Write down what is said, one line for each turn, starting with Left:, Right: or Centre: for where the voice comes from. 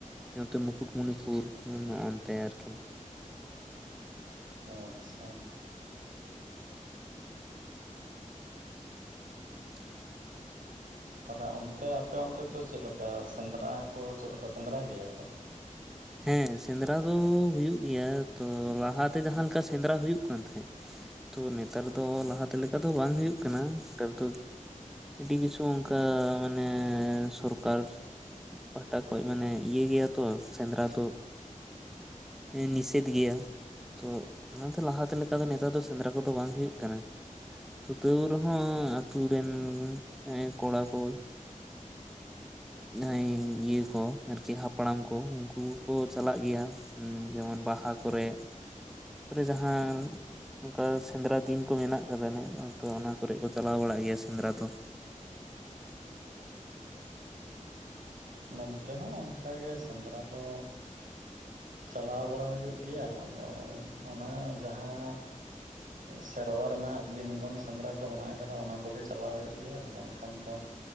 Centre: ᱱᱚᱛᱮ ᱢᱩᱠᱩᱴᱢᱩᱱᱤᱯᱩᱨ ᱱᱚᱜ ᱚᱱᱛᱮ ᱟᱨᱠᱤ।
Right: ᱟᱪᱪᱷᱟ
Centre: ᱦᱮᱸ <unintelligible>
Right: ᱛᱟᱦᱚᱞᱮ ᱚᱱᱛᱮ ᱟᱯᱮ ᱚᱱᱛᱮ ᱫᱚ ᱪᱮᱫᱞᱮᱠᱟ ᱥᱮᱸᱫᱽᱨᱟ ᱠᱚ ᱪᱮᱫᱞᱮᱠᱟ ᱥᱮᱸᱫᱽᱨᱟᱭ ᱜᱮᱭᱟ ᱠᱚ
Centre: ᱦᱮᱸ ᱥᱮᱸᱫᱽᱨᱟ ᱫᱚ ᱦᱩᱭᱩᱜ ᱜᱮᱭᱟ ᱛᱚ ᱞᱟᱦᱟᱛᱮ ᱡᱟᱦᱟᱸ ᱞᱮᱠᱟ ᱥᱮᱸᱫᱽᱨᱟ ᱦᱩᱭᱩᱜ ᱠᱟᱱ ᱛᱟᱦᱮᱸᱫ ᱛᱚ ᱱᱮᱛᱟᱨ ᱫᱚ ᱞᱟᱦᱟᱛᱮ ᱞᱮᱠᱟ ᱫᱚ ᱵᱟᱝ ᱦᱩᱭᱩᱜ ᱠᱟᱱᱟ ᱱᱮᱛᱟᱨ ᱫᱚ। ᱟᱹᱰᱤ ᱠᱤᱪᱷᱩ ᱚᱱᱠᱟ ᱢᱟᱱᱮ ᱥᱚᱨᱠᱟᱨ ᱯᱟᱦᱴᱟ ᱠᱷᱚᱱ ᱢᱟᱱᱮ ᱤᱭᱟᱹ ᱜᱮᱭᱟ ᱛᱚ ᱥᱮᱸᱫᱽᱨᱟ ᱫᱚ ᱦᱮᱸ ᱱᱤᱥᱮᱫ ᱜᱮᱭᱟ। ᱛᱚ ᱚᱱᱟᱛᱮ ᱞᱟᱦᱟᱛᱮ ᱞᱮᱠᱟ ᱫᱚ ᱱᱮᱛᱟᱨ ᱫᱚ ᱥᱮᱸᱫᱽᱨᱟ ᱠᱚᱫᱚ ᱵᱟᱝ ᱦᱳᱭᱳ ᱠᱟᱱᱟ। ᱛᱟᱹᱣ ᱨᱮᱦᱚᱸ ᱟᱛᱩ ᱨᱮᱱ ᱠᱚᱲᱟ ᱠᱚ ᱡᱟᱦᱟᱸᱭ ᱤᱭᱟᱹ ᱠᱚ ᱟᱨᱠᱤ ᱦᱟᱯᱲᱟᱢ ᱠᱚ ᱠᱚ ᱩᱱᱠᱩᱠᱚ ᱪᱟᱞᱟᱜ ᱜᱮᱭᱟ ᱡᱮᱢᱚᱱ ᱵᱟᱦᱟ ᱠᱚᱨᱮ। ᱨᱮ ᱡᱟᱦᱟᱸ ᱚᱱᱠᱟ ᱥᱮᱸᱫᱽᱨᱟ ᱫᱤᱱ ᱠᱚ ᱢᱮᱱᱟᱜ ᱟᱠᱟᱫᱟ ᱛᱚ ᱚᱱᱟ ᱠᱚᱨᱮ ᱠᱚ ᱪᱟᱞᱟᱣ ᱵᱟᱲᱟᱜ ᱜᱮᱭᱟ ᱥᱮᱸᱫᱽᱨᱟ ᱫᱚ।
Right: ᱱᱚᱱᱛᱮ ᱦᱚᱸ ᱚᱱᱠᱟᱜᱮ ᱥᱮᱸᱫᱽᱨᱟ ᱫᱚ ᱪᱟᱞᱟᱣ ᱵᱟᱲᱟ ᱦᱩᱭᱩᱜ ᱜᱮᱭᱟ ᱟᱫᱚ ᱚᱱᱟ ᱡᱟᱦᱟᱸ ᱥᱮᱨᱣᱟ ᱨᱮᱱᱟᱜ ᱫᱤᱱᱜᱚᱱ ᱥᱮᱸᱫᱽᱨᱟ ᱠᱚ ᱢᱮᱱᱟᱜ ᱟᱠᱟᱫᱟ ᱚᱱᱟ ᱠᱚᱜᱮ ᱪᱟᱞᱟᱣ ᱦᱩᱭᱩᱜ ᱜᱮᱭᱟ ᱵᱟᱝᱠᱷᱟᱱ ᱛᱚ